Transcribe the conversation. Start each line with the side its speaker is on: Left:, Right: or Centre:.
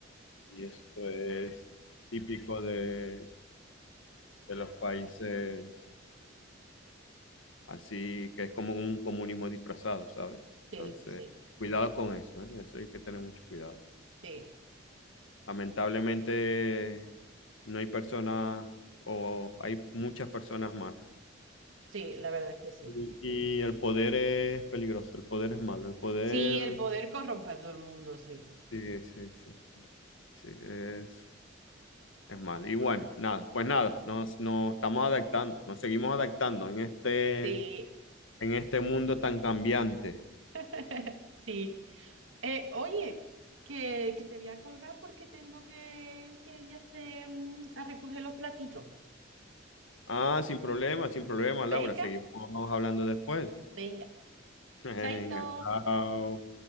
Left: Y esto es típico de, de los países así, que es como un comunismo disfrazado, ¿sabes?
Right: Sí,
Left: Entonces,
Right: sí,
Left: cuidado con eso, ¿eh? Eso hay que tener mucho cuidado.
Right: sí,
Left: Lamentablemente, no hay personas o hay muchas personas malas.
Right: sí, la verdad es que sí.
Left: Y, y el poder es peligroso, el poder es malo, el poder...
Right: Sí, el poder corrompe a todo el mundo, sí.
Left: Sí, sí, sí, sí. Sí, es, es malo. Y bueno, nada, pues nada, nos, nos estamos adaptando, nos seguimos adaptando en este...
Right: Sí,
Left: en este mundo tan cambiante.
Right: <laughs> sí. Eh, oye, que, que te voy a colgar porque tengo que, que ir a, hacer, mm, a recoger los platitos.
Left: Ah, sin problema, sin problema,
Right: Venga,
Left: Laura. Seguimos hablando después.
Right: venga.
Left: <laughs> Venga,
Right: Chaito.
Left: chao.